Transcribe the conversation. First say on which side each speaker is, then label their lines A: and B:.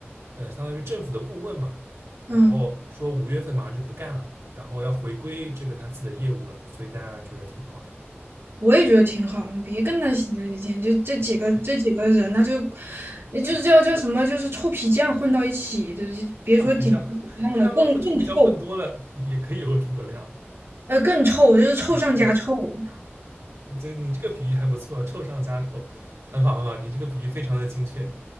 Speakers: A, on the right; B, on the right.
A: 呃，相当于政府的顾问嘛，
B: 嗯，
A: 然后说五月份马上就不干了，然后要回归这个他自己的业务了，所以大家觉得挺好的。
B: 我也觉得挺好，你别跟他闲着一天，就这几个这几个人，
A: 对
B: 他就就叫叫什么，
A: 嗯
B: 就是臭皮匠混到一起，就是别说顶皮匠了，
A: 臭皮匠，<laughs> 那他们混臭皮匠混多了也可以有诸葛亮。
B: 更更臭，呃，更臭，就是臭上加臭。
A: 嗯，这这这你这个比喻还不错，臭上加臭，很好很好，你这个比喻非常的精确。